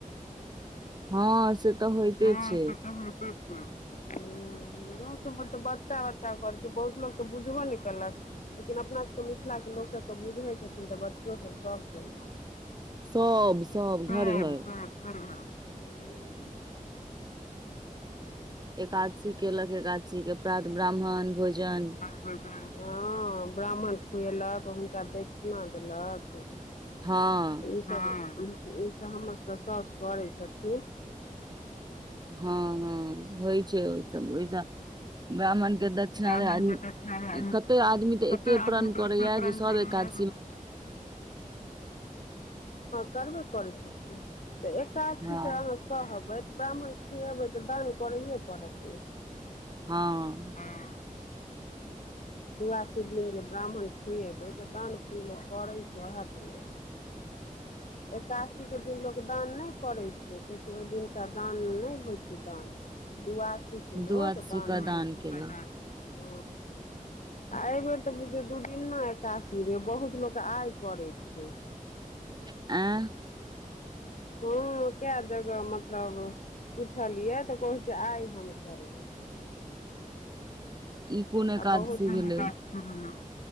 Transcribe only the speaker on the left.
हँ
से तऽ होइते छै ह गाँव सब पर तऽ बच्चा बच्चा करै छै बहुत लोक तऽ बुझबो ने केलक लेकिन अपना सबके मिथिलाके लोकसभ तऽ बुझै छथिन तऽ बच्चो सब सभ केलक <inaudible>
हँ ब्राह्मण खुएलक हुनका दक्षिणा देलक
हँ ई सब हमर सबके सउस करै छथिन
ब्राह्मण
के दक्षिणा
कते
आदमी
के एते प्रण
<inaudible> हँ करबे करै छथिन तऽ एकादशीके
अहाँ सहबै ब्राह्मण खुएबै तऽ दान करैए पड़त नै
हँ दुआसी दिन जे ब्राह्मण खुएबै तऽ दानु पुन लोग करै छै ओएह दिन न एकासीके दिन लोक दान नय करैय छै कियाकी ओहि दिनका दान नइ होइ छै दान दुआसी क
लोक दान‌
<inaudible> आ अय बेर तऽ बुझियौ दू दिनना एकासी रहे बहुत लोक आय करे छै
<inaudible> कै जगह मतलब पुछलियै तऽ कहै छै आइ हम करबै
आ बहुत <inaudible>